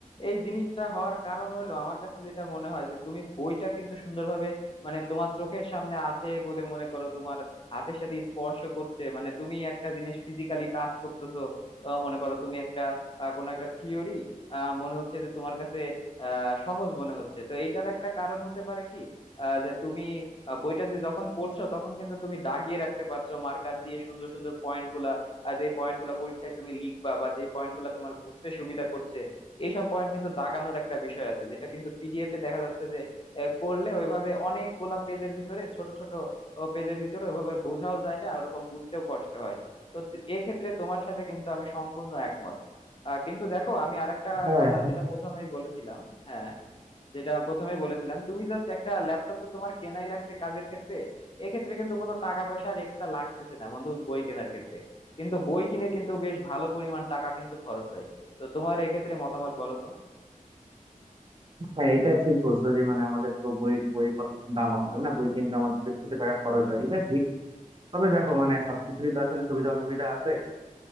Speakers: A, on the left; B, on the right.
A: এই জিনিসটা হওয়ার কারণ হলো আমার কাছে যেটা মনে হয় যে তুমি বইটা কিন্তু সুন্দরভাবে মানে তোমার চোখের সামনে আছে বলে মনে করো তোমার হাতের সাথে স্পর্শ করছে মানে তুমি একটা জিনিস ফিজিক্যালি টাচ করতেছো আহ, মনে করো তুমি একটা আহ, কোনো একটা থিওরি মনে হচ্ছে যে তোমার কাছে আহ, সহজ মনে হচ্ছে তো এইটার একটা কারণ হতে পারে কি আহ যে তুমি আহ, বইটা যে যখন পড়ছো তখন কিন্তু তুমি দাগিয়ে রাখতে পারছো মার্কার দিয়ে সুন্দর সুন্দর পয়েন্ট গুলা আর যে পয়েন্ট গুলা পরীক্ষায় তুমি লিখবা বা যে পয়েন্ট গুলা তোমার বুঝতে সুবিধা করছে এইসব পয়েন্ট কিন্তু দাগানোর একটা বিষয় আছে যেটা কিন্তু পিডিএফ এ দেখা যাচ্ছে যে আহ, করলে ওইভাবে অনেকগুলা পেজের ভিতরে ছোট ছোট পেজের ভিতরে ওইভাবে বোঝাও যায় না ওরকম বুঝতেও কষ্ট হয় তো তে- এক্ষেত্রে তোমার সাথে কিন্তু আমি সম্পূর্ণ একমত আহ, কিন্তু দেখো আমি আরেকটা
B: হ্যাঁ
A: কথা যেটা প্রথমেই বলেছিলাম হ্যাঁ যেটা প্রথমে বলেছিলাম তুমি জাস্ট একটা ল্যাপটপ তো তোমার কেনাই লাগছে কাজের ক্ষেত্রে এক্ষেত্রে কিন্তু কোনো টাকা পয়সা আর এক্সট্রা লাগতেছে না বন্ধু বই কেনার ক্ষেত্রে কিন্তু বই কিনে কিন্তু বেশ ভালো পরিমাণ টাকা কিন্তু খরচ হয় তো তোমার এক্ষেত্রে মতামত বলো তো
B: হ্যাঁ এটা ঠিক বলছো যে মানে আমাদের তো বই বইপত্র দাম আছে তাই না বই কিনতে আমাদের বেশ কিছু টাকা খরচ হয় এটা ঠিক তবে দেখো মানে সবকিছুরই তো আসলে সুবিধা অসুবিধা আছে